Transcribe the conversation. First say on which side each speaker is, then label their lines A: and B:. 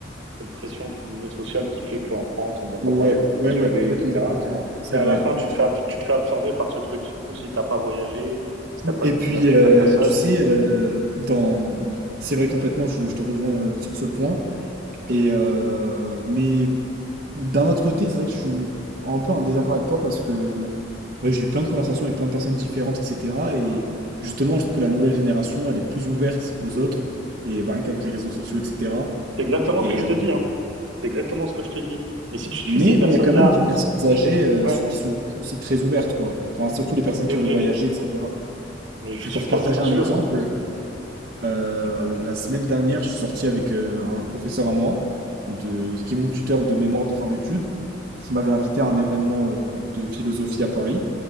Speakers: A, on the right; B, on the right.
A: cette pression, entre guillemets, sociale qui fait qu'en France, on ne doit
B: ouais,
A: pas parler de certains
B: ouais,
A: sujets,
B: ouais, complètement,
A: etc.
B: complètement, c'est
A: Et à
B: vrai.
A: la fin, tu te fais, ab- tu te fais absorber par ce truc, surtout si tu n'as pas voyagé, si tu n'as pas
B: Et
A: découvert
B: puis,
A: de
B: heu,
A: nouvelles personnes.
B: tu sais, heu, dans c'est vrai complètement, je je te rejoins, heu, sur ce point et heu, mais d'un autre côté, c'est vrai que je suis un peu en désaccord avec toi parce que, bah, j'ai eu plein de conversations avec plein de personnes différentes et cetera et justement, je trouve que la nouvelle génération, elle est plus ouverte aux autres et bah, rien qu'avec les réseaux sociaux et cetera
A: C'est exactement
B: et
A: ce que je
B: heu
A: te dis, hein. C'est exactement ce que je te dis. Mais si tu
B: Mais
A: suis ces personnes-là,
B: mais il y a quand même des personnes âgées euh,
A: ouais,
B: qui sont aussi très ouvertes, quoi. Enfin, surtout les personnes
A: c'est
B: qui
A: vrai.
B: ont voyagé, etc.
A: Mais je
B: Puis
A: suis
B: pour te
A: quasiment
B: partager un
A: sûr.
B: exemple, euh,
A: Ouais, euh,
B: la semaine dernière, je suis sorti avec euh, un professeur à moi, de, qui est mon tuteur de mémoire de fin d'études, qui m'avait invité à un événement euh, de philosophie à Paris.